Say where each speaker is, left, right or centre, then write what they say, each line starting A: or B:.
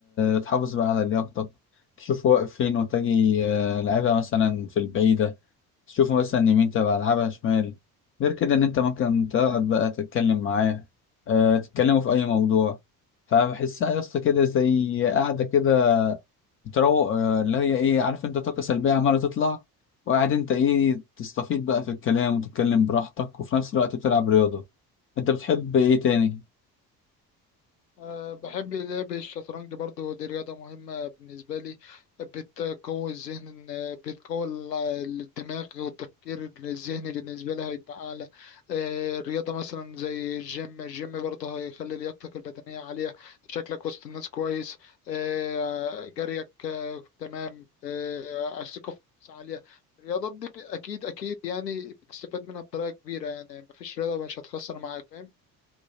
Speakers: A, on the left (about 30°); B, on the left (about 80°).
A: بتحافظ بقى على لياقتك تشوف واقف فين وتجي آه، لعبها مثلا في البعيده تشوفه مثلا يمين تبقى العبها شمال غير كده ان انت ممكن تقعد بقى تتكلم معاه أه تتكلموا في اي موضوع فبحسها يا اسطى كده زي قاعده كده بتروق آه، اللي هي ايه عارف انت طاقه سلبيه عماله تطلع وقاعد انت ايه تستفيد بقى في الكلام وتتكلم براحتك وفي نفس الوقت بتلعب رياضه انت بتحب ايه تاني
B: أه بحب لعب الشطرنج برضو دي رياضة مهمة بالنسبة لي بتقوي الذهن آه، بتقوي ال- الدماغ والتفكير الذهني بالنسبة لي هيبقى أعلى أه رياضة مثلا زي الجيم الجيم برضه هيخلي لياقتك البدنية عالية شكلك وسط الناس كويس أه جريك أه تمام أه الثقة في النفس عالية الرياضات دي أكيد أكيد يعني بتستفاد منها بطريقة كبيرة يعني مفيش رياضة مش هتخسر معاك فاهم